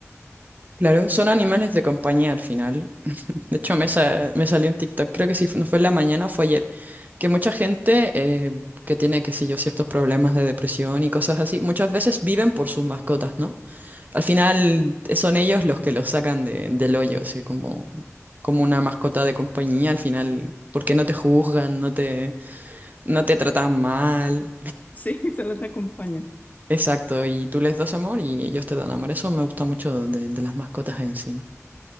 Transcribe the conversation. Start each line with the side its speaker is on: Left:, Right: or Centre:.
Right: claro, son animales de compañía al final. De hecho, me, sa- me salió en TikTok, creo que si fu- no fue en la mañana o fue ayer, que mucha gente eh, que tiene, qué sé yo, ciertos problemas de depresión y cosas así, muchas veces viven por sus mascotas, ¿no? Al final eh, son ellos los que los sacan de- del hoyo, así como, como una mascota de compañía, al final, porque no te juzgan, no te, no te tratan mal,
Left: sí <laughs> sí, solo te acompañan.
Right: exacto, y tú les das amor y ellos te dan amor. Eso me gusta mucho de, de las mascotas en sí,